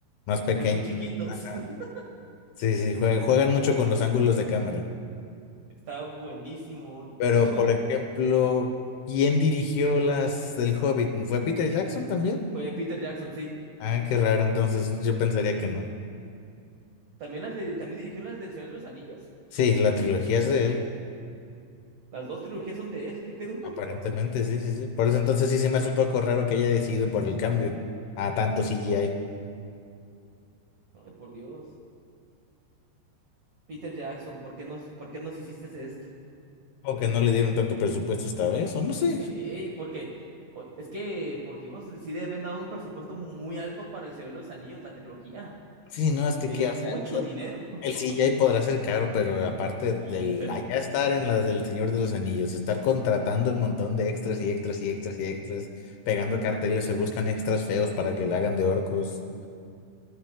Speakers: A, on the left (about 75°); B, on the right (about 80°).
A: más pequeño
B: pues muy chiquitos.
A: Ajá.
B: <laughs>
A: Sí, sí, jue- juegan mucho con los ángulos de cámara.
B: Está buenísimo.
A: Pero,
B: De hecho,
A: por
B: ujú,
A: ejemplo, ¿quién dirigió las del Hobbit? ¿Fue Peter Jackson también?
B: fue Peter Jackson, sí.
A: Ah, qué raro, entonces yo pensaría que no.
B: También las de, también dirigió las del Señor de los Anillos.
A: Sí, la trilogía es de él,
B: Las dos trilogías son de él, ¿qué pedo?
A: aparentemente,
B: <laughs>
A: sí, sí, sí. Por eso entonces sí se me hace un poco raro que haya decidido por el cambio a tanto CGI.
B: Ay, por Dios. Peter Jackson, ¿por qué nos, por qué nos hiciste esto?
A: O que no le dieron tanto presupuesto esta vez, o no sé.
B: Ey, porque o- es que, por Dios, sí le habían dado un presupuesto muy alto para el Señor de los Anillos, la trilogía.
A: Sí, no, es
B: Le
A: que, que,
B: dieron
A: o sea,
B: mucho
A: el,
B: dinero. <laughs>
A: el CGI podrá ser caro, pero aparte
B: Sí,
A: del
B: pero
A: allá estar en las del Señor de los Anillos, estar contratando el montón de extras y extras y extras y extras, pegando carteles, se buscan extras feos para que le hagan de orcos.